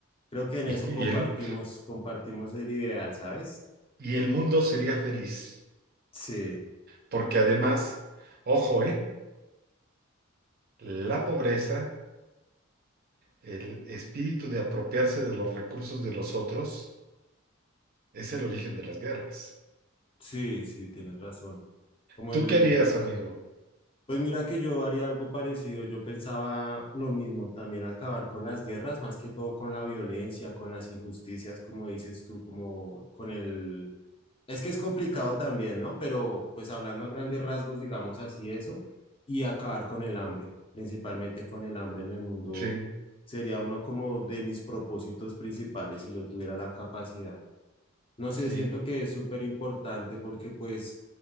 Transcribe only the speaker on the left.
Creo que en
eso compartimos,
compartimos el ideal, ¿sabes?
Sí,
sí, sí, tienes razón. Como
el,
pues mira que yo haría algo parecido, yo pensaba lo mismo, también acabar con las guerras, más que todo con la violencia, con las injusticias, como dices tú, como con el, Es que es complicado también, ¿no? Pero pues hablando a grandes rasgos, digamos así eso, y acabar con el hambre, principalmente con el hambre en el mundo,
sería uno como de mis propósitos principales si yo tuviera la capacidad. No sé,
siento que es súper importante porque pues